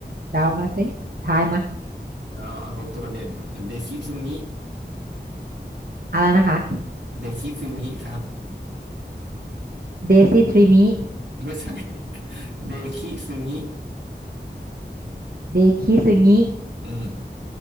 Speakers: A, on the right; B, on the right.
A: เดามาสิทายมา
B: เราเอาตัวเด่นเดคิซึงิ
A: อะไรนะคะ
B: เดคิซึงิครับ
A: เดซิทริมิ
B: ไม่ใช่ <laughs> เดคิซึงิ
A: เดคิซึงิ
B: อืม